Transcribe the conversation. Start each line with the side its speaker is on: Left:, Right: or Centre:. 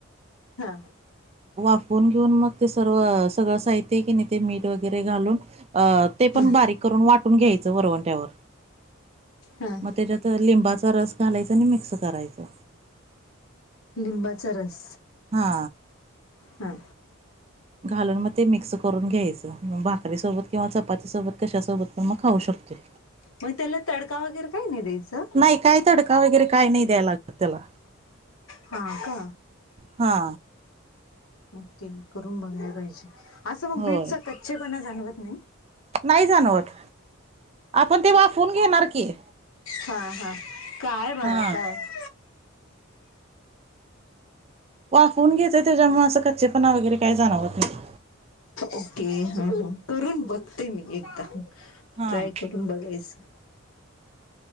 Left: हा
Right: वा फोन. घेऊन मग ते सर्व सगळं साहित्य आहे की नाही ते मीठ वगैरे घालून. अ ते पण
Left: हम्म
Right: बारीक करून वाटून घ्यायचं बरवणट्यावर
Left: हा
Right: मग त्याच्यात लिंबाचा रस घालायचा आणि मिक्स करायचं.
Left: लिंबाचा रस
Right: हा
Left: हा
Right: घालून मग ते मिक्स करून घ्यायचं म भाकरीसोबत किंवा चपातीसोबत कशासोबत पण मग खाऊ शकतेो
Left: मग त्याला तडका वगैरे काही नाही द्यायचं
Right: नाही काय तडका वगैरे काय नाही द्याय लागत त्याला
Left: हा का
Right: हा
Left: ओके करून बघायला पाहिजे <inaudible> असं मग
Right: होय
Left: बीटचा कच्चेपणा जाणवत नाही <inaudible>
Right: नाही जाणवत आपण ते वाफून घेणार की.
Left: हां हां काय बाळा
Right: हा
Left: काय <inaudible>
Right: वाफवून घेतय त्याच्यामुळे असं कच्चेपणा वगैरे काय जाणववत नाही
Left: ओके ह करून बघते मी एकदा
Right: हा
Left: ट्राय करून बघायचं.